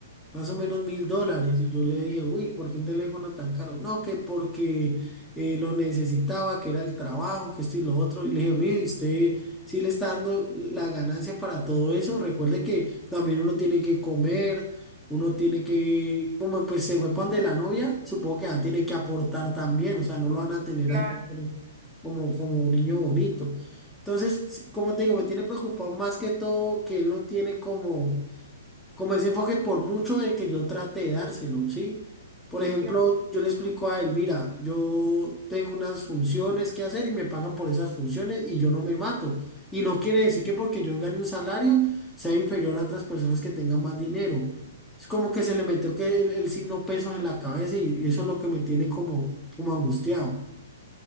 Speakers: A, in the centre; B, on the right (about 30°).
A: más o menos mil dólares. Y yo le dije, uy, ¿por qué un teléfono tan caro? No, que porque eh, lo necesitaba, que era el trabajo, que esto y lo otro. Y le dije, mire, ¿y usted sí le está dando la ganancia para todo eso. Recuerde que también uno tiene que comer, uno tiene que, como pues se fue pan de la novia, supongo que ya tiene que aportar también, o sea, no lo van a tener
B: Claro,
A: ahí como, como como un niño bonito. Entonces, sí, como te digo, me tiene preocupado más que todo que él no tiene como como ese enfoque por mucho de que yo trate de dárselo, ¿sí? Por
B: sí,
A: ejemplo,
B: claro.
A: yo le explico a él, mira, yo tengo unas funciones que hacer y me pagan por esas funciones y yo no me mato. Y no quiere decir que porque yo gane un salario sea inferior a otras personas que tengan más dinero. Es como que se le metió que el, el signo pesos en la cabeza y, y eso es lo que me tiene como, como angustiado.